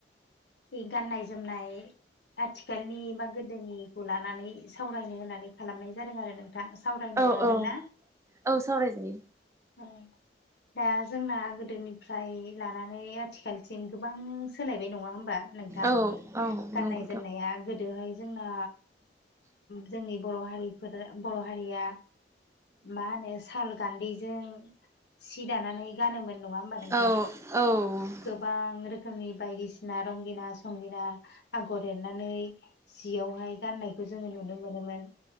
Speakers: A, on the left; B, on the right.
A: नि गाननाय-जोमनाय आथिखालनि बा गोदोनिखौ लानानै सावरायनो होननानै खालामनाय जादों आरो नों थां सावरायनो
B: औ
A: हागोन
B: औ
A: ना?
B: औ सावरायजायो
A: ओ दा जोंना गोदोनिफ्राय लानानै आथिखालसिम गोबां सोलायबाय नङा होमबा नों नोंथां
B: औ औ
A: गाननाय
B: नंगौथ'
A: जोमनाया
B: औ
A: गो बेहाय जोंना जोंनि बर' हारिफोर बर' हारिया मा होनो साल गान्दैजों सि दानानै गानोमोन नङा ओमबा नोंथां?
B: औ ओ औ
A: गोबां रोखोमनि बायदिसिना रंगिना संगिना आगर एरनानै जियावहाय गाननायखौ जोङो नुनो मोनोमोन।